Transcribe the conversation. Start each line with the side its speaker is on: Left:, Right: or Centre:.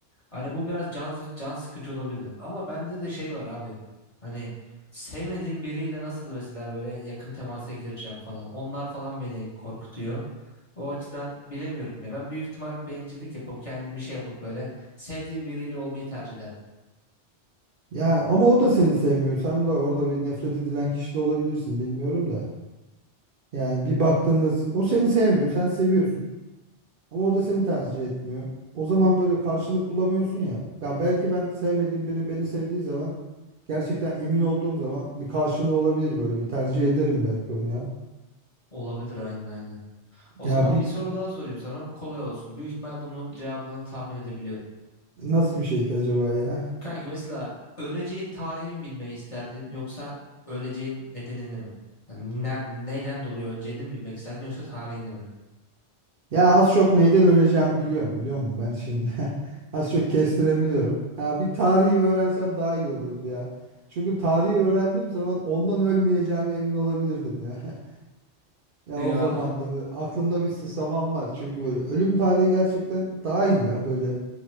Left: hani bu biraz can can sıkıcı olabilir. Ama bende de şey var abi. Hani sevmediğim biriyle nasıl mesela böyle yakın temasa gireceğim falan. Onlar falan beni korkutuyor. O açıdan bilemiyorum ya. Ben büyük ihtimal bencillik yapıp kendimi şey yapıp böyle sevdiğim biriyle olmayı tercih ederdim.
Right: ya ama o da seni sevmiyor. Sen de orada bir nefret edilen kişi de olabilirsin bilmiyorum da. Yani bir baktığında s- o seni sevmiyor, sen seviyorsun. Ama o da seni tercih etmiyor. O zaman böyle karşılık bulamıyorsun ya. Ya belki ben sevmediğim biri beni sevdiği zaman gerçekten emin olduğum zaman bir karşılığı olabilir böyle bir tercih ederim belki onu ya.
Left: Olabilir aynen aynen. O
Right: Ya
Left: zaman
Right: bir
Left: bir soru daha sorayım sana. Bu kolay olsun. Büyük ihtimal bunun cevabını tahmin edebiliyorum.
Right: nasıl bir şey ki acaba ya?
Left: Kanki mesela öleceğin tarihi mi bilmeyi isterdin yoksa öleceğin nedenini mi? Hani ne- neyden dolayı öleceğini mi bilmek isterdin yoksa tarihini mi?
Right: Ya az çok neyden öleceğimi biliyorum biliyor musun ben şimdi? <laughs> Az çok kestirebiliyorum. Ya bir tarihi öğrensem daha iyi olurdu ya. Çünkü tarihi öğrendiğim zaman ondan ölmeyeceğime emin olabilirdim ya. <laughs> Ya
Left: Ya
Right: o zaman da böyle aklımda bir sısamam var. Çünkü böyle ölüm tarihi gerçekten daha iyi ya böyle.